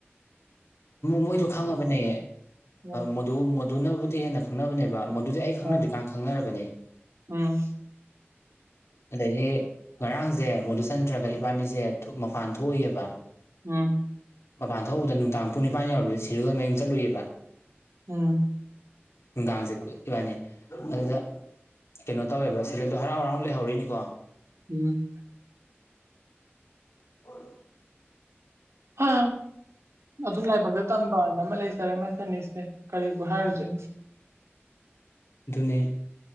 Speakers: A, on the left; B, on the right.
A: ꯃꯣꯏꯗꯨ ꯈꯪꯉꯕꯅꯦ
B: ꯑꯣ
A: ꯃꯗꯨ ꯃ ꯑꯗꯨꯅꯕꯨꯗꯤ ꯍꯦꯟꯅ ꯈꯪꯅꯕꯅꯦꯕ ꯑꯗꯨꯗꯤ ꯑꯩ ꯈꯪꯅꯗ꯭ꯀꯥꯟ
B: ꯑꯥ
A: ꯈꯪꯅꯔꯕꯅꯤ
B: ꯎꯝ
A: ꯑꯗꯒꯤ ꯉꯔꯥꯡꯁꯦ ꯃꯗꯨꯨꯆꯟꯗ꯭ꯔꯒ ꯏꯕꯥꯅꯤꯁꯦ ꯃꯄꯥꯟ ꯊꯣꯛꯏꯑꯕ
B: ꯎꯝ
A: ꯃꯄꯥꯟ ꯊꯣꯛꯕꯗ ꯅꯨꯡꯗꯥꯡ ꯄꯨꯡ ꯅꯤꯄꯥꯟ ꯌꯧꯔꯕꯗ ꯁꯤ ꯁꯤꯔꯜ ꯃꯌꯨꯝ ꯆꯠꯂꯨꯏꯑꯕ
B: ꯎꯝ
A: ꯅꯨꯡꯗꯥꯡꯁꯦ ꯀꯨꯞꯏꯕꯅꯤ ꯑꯗꯨꯗ ꯀꯩꯅꯣ ꯇꯧꯋꯦꯕ ꯁꯦꯗꯜꯗꯣ ꯍꯔꯥꯎ ꯍꯔꯥꯎꯅ ꯂꯩꯍꯧꯔꯤꯅꯤꯀꯣ
B: ꯎꯝ
A: ꯑꯣ
B: ꯑ ꯑꯗꯨꯝ ꯂꯥꯏꯕꯛꯗ ꯇꯝꯕꯅ ꯑꯃ ꯂꯩꯖꯔꯦ ꯃꯁꯅꯤꯁꯦ ꯀꯔꯤꯕꯨ ꯍꯥꯏꯔꯨꯁꯦ
A: ꯑꯗꯨꯅꯤ